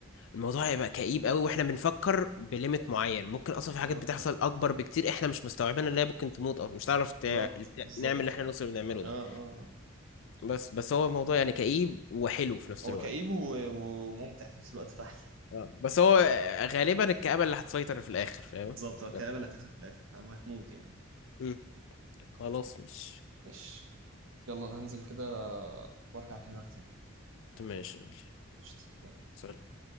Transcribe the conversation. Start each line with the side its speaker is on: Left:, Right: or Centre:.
Left: الموضوع هيبقى كئيب قوي واحنا بنفكر بليميت معين ممكن اصلا في
Right: اه
Left: حاجات بتحصل
Right: اه
Left: اكبر بكتير احنا مش مستوعبينها ان هي ممكن تموت اصلا مش هتعرف تع-
Right: بالظبط
Left: تع-
Right: بالظبط
Left: نعمل اللي احنا نوصل بنعمله
Right: اه
Left: ده
Right: اه اه
Left: بس بس هو الموضوع يعني كئيب وحلو في نفس
Right: هو
Left: الوقت
Right: كئيب و- وممتع في نفس الوقت فعلا
Left: آه. بس هو آه، غالبا الكآبة اللي هتسيطر في الاخر
Right: <laughs>
Left: فاهم
Right: بالظبط هو الكآبة
Left: لا.
Right: اللي هتكسب في الآخر فاهم وهتموت يعني
Left: مم. خلاص مش
Right: ماشي يلا أنا هنزل كده وأرجع أكلمك تاني
Left: تمام يا شغالي
Right: قشطة يلا.
Left: سلام